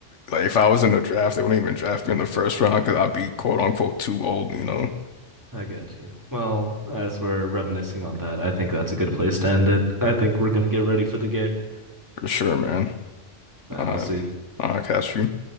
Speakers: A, on the left (about 75°); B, on the right (about 15°).
A: Like if I was in the draft, they wouldn't even draft me in the first round because I'd be quote unquote too old, you know,
B: <laughs> I got you. Well, as we're reminiscing on that, I think that's a good place to end it. I think we're gonna get ready for the game.
A: for sure, man.
B: All right,
A: I
B: I'll see.
A: I catch you.